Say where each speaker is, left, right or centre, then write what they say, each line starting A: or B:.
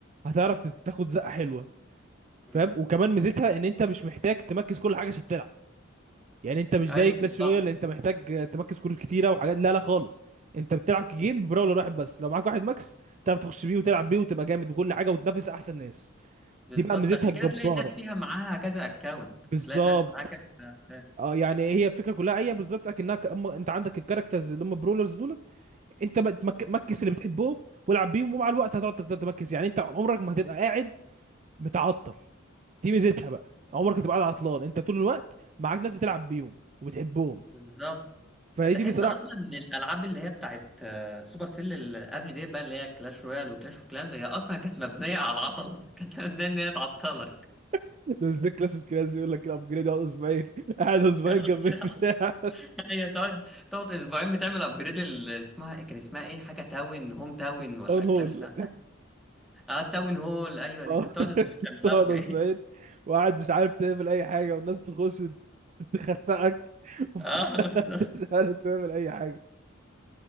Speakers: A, on the right; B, in the centre.
A: هتعرف تاخد زقه حلوه
B: مم.
A: فاهم وكمان ميزتها ان انت مش محتاج تمركز كل حاجه عشان تلعب يعني انت مش
B: ايوه
A: زي كلاش
B: بالظبط
A: رويال اللي انت محتاج تمركز كروت كتيره وحاجات لا لا خالص انت بتلعب جيم براولر واحد بس لو معاك واحد ماكس تعرف تخش بيه وتلعب بيه وتبقى جامد وكل حاجه وتنافس احسن ناس
B: بالظبط
A: دي بقى ميزتها
B: عشان
A: الجباره
B: كده تلاقي الناس فيها معاها كذا اكونت
A: بالظبط
B: تلاقي الناس معاها كذا account.
A: اه يعني هي الفكره كلها هي بالظبط اكنها ك... أما انت عندك الكاركترز اللي هم برولرز دولت انت بقى تمك- مكس اللي بتحبهم والعب بيهم ومع الوقت هتقعد تفضل تمكس يعني انت عمرك ما هتبقى قاعد متعطل دي ميزتها بقى عمرك ما تبقى قاعد عطلان انت طول الوقت معاك ناس بتلعب بيهم وبتحبهم
B: بالظبط
A: فهي
B: تحس
A: دي بصراحه
B: اصلا ان الالعاب اللي هي بتاعت آه، سوبر سيل اللي قبل دي بقى اللي هي كلاش رويال وكلاش اوف كلانز هي اصلا كانت مبنيه على العطله <laughs> كانت مبنيه ان هي تعطلك
A: <laughs> ده ازاي كلاس اوف كلاس يقول لك الابجريد يقعد اسبوعين قاعد اسبوعين
B: <laughs>
A: جنب البتاع
B: هي تقعد تقعد اسبوعين بتعمل ابجريد لل اسمها إيه؟ كان اسمها ايه حاجه تاون هوم تاون
A: <laughs>
B: ولا
A: داون هول
B: كلاش تاون حاجه اه تاون هول ايوه دي
A: اه
B: كنت تقعد اسبوعين
A: <laughs>
B: تعمل
A: تقعد
B: لها ابجريد
A: اسبوعين وقاعد مش عارف تعمل اي حاجه والناس تخش <laughs> تخنقك
B: <laughs> اه بالظبط
A: ومش عارف تعمل اي حاجه